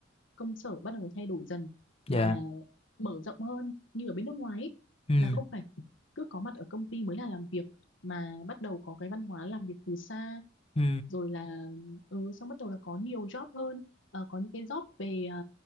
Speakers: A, on the left (about 80°); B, on the left (about 30°).
A: công sở bắt đầu thay đổi dần là
B: dạ
A: mở rộng hơn như ở bên nước ngoài ấy,
B: ừ,
A: là không phải cứ có mặt ở công ty mới là làm việc mà bắt đầu có cái văn hóa làm việc từ xa
B: ừ.
A: rồi là ừ, xong bắt đầu là có nhiều job hơn Ờ, có những cái job về ờ,